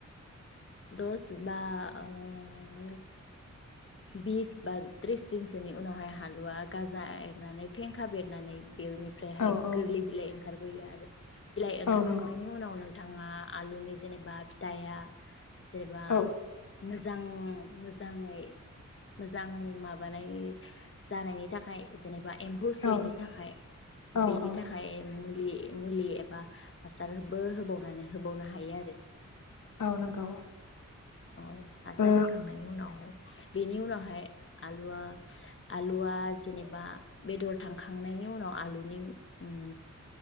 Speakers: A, on the left; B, on the left.
A: दस बा ओ बिस बा त्रिस दिनसोनि उनावहाय आलुवा गाजा बेरनानै फेंखा बेरनानै बेनिफ्रायहाय
B: औ औ
A: गोरलै बिलाइ ओं- खारबोयो आरो बिलाइ ओंखारखांनायनि
B: औ नंगौ
A: उनाव नोंथाङा आलुनि जेनेबा फिथाइया <inaudible> सबा
B: औ
A: <unintelligible> मोजां मोजाङै मोजां माबानाय जानायनि थाखाय जेनेबा एमफौ सुयैनि
B: औ
A: थाखाय
B: औ
A: बेनि
B: औ
A: थाखाय मुलि मुलि एबा हासारबो होबावनानै होबावनो हायो आरो
B: औ नंगौ
A: औ हासार
B: ओ
A: होखांनायनि उनाव बेनि उनावहाय आलुवा आलुवा जेनेबा बेदर थांखांनायनि उनाव आलुनि ओम